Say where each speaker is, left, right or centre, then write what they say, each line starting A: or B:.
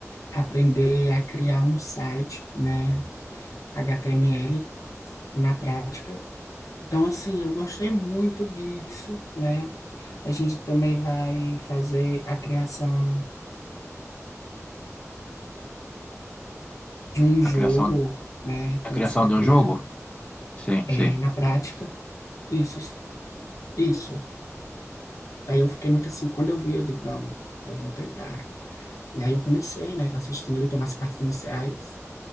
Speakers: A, on the left (about 80°); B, on the left (about 20°).
A: aprender a criar um site, né? HTML na prática. Então, assim, eu gostei muito disso, né? A gente também vai fazer a criação de um jogo,
B: A criação,
A: né? Começar
B: a criação
A: a
B: de
A: criar
B: um jogo? Sim,
A: é,
B: sim.
A: na prática. Isso, isso. Aí eu fiquei muito assim, quando eu vi, eu digo, não, eu vou tentar. E aí eu comecei, né? Tô assistindo ali, tô nas partes iniciais.